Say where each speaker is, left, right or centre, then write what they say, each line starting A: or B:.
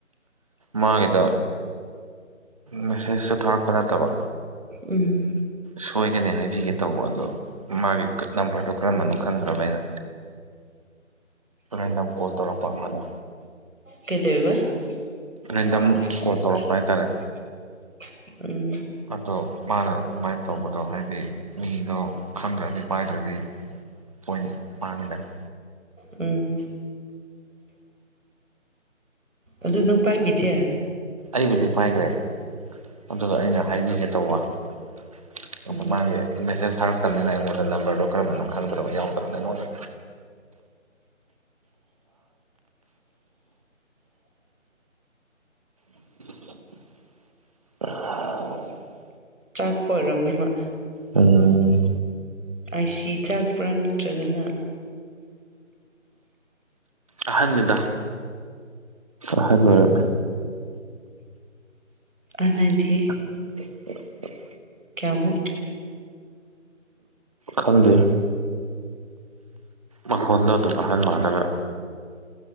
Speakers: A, on the right (about 25°); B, on the right (about 75°).
A: ꯃꯥꯒꯤꯗꯣ ꯃꯦꯁꯦꯁꯁꯨ ꯊꯥꯔꯛꯄ ꯅꯠꯇꯕ
B: ꯎꯝ
A: ꯁꯣꯏꯒꯅꯤ ꯍꯥꯏꯕꯤꯒꯦ ꯇꯧꯕ ꯑꯗꯣ ꯃꯥꯒꯤ ꯅꯝꯕ꯭ꯔꯗꯣ ꯀꯔꯝꯕꯅꯣ ꯈꯪꯗ꯭ꯔꯕ ꯑꯩꯅ ꯔꯦꯟꯗꯝ ꯀꯣꯜ ꯇꯧꯔꯛꯄ ꯃꯥꯗꯣ
B: ꯀꯩꯗꯩꯏꯕ
A: ꯔꯦꯟꯗꯝ
B: <unintelligible>
A: ꯀꯣꯜ ꯇꯧꯔꯛꯄ ꯍꯥꯏꯇꯥꯔꯦ
B: ꯎꯝ
A: ꯑꯗꯣ ꯃꯥꯅ ꯑꯗꯨꯃꯥꯏꯅ ꯇꯧꯕꯗꯣ ꯍꯥꯏꯗꯤ ꯃꯤꯗꯣ ꯈꯪꯗ꯭ꯔꯗꯤ ꯄꯥꯏꯗ꯭ꯔꯗꯤ ꯄꯣꯏꯟ ꯃꯥꯡꯉꯤꯗꯅ
B: ꯎꯝ ꯑꯗꯨ ꯅꯪ ꯄꯥꯏꯕꯤꯗꯦ
A: ꯑꯩꯕꯨꯗꯤ ꯄꯥꯏꯗ꯭ꯔꯦ ꯑꯗꯨꯒ ꯑꯩꯅ ꯍꯥꯏꯕꯤꯒꯦ ꯇꯧꯕ <unintelligible>
B: ꯎꯝ
A: ꯃꯥꯒꯤ ꯃꯦꯁꯦꯁ ꯊꯥꯔꯛꯇꯝꯅꯤꯅ ꯑꯩꯉꯣꯟꯗ ꯅꯝꯕꯔꯗꯣ ꯀꯔꯝꯕꯅꯣ ꯈꯪꯗ꯭ꯔꯕ ꯌꯥꯎꯗ꯭ꯔꯕ <unintelligible> <unintelligible>
B: ꯇꯥꯛꯄ ꯑꯣꯏꯔꯝꯅꯤ ꯃꯣꯏ
A: ꯎꯝ
B: ꯑꯥꯏꯁꯤ ꯆꯥꯛꯄ꯭ꯔꯥ ꯅꯠꯇ꯭ꯔꯒꯅ
A: ꯑꯍꯟꯅꯤꯗ ꯑꯍꯟ ꯑꯣꯏꯔꯝꯃꯦ
B: ꯑꯍꯟ ꯍꯥꯏꯗꯤ
A: <unintelligible>
B: ꯀ꯭ꯌꯥꯃꯨꯛ
A: ꯈꯪꯗꯦ ꯃꯈꯣꯟꯗꯣ ꯑꯗꯨꯝ ꯑꯍꯟ ꯃꯥꯟꯂꯒ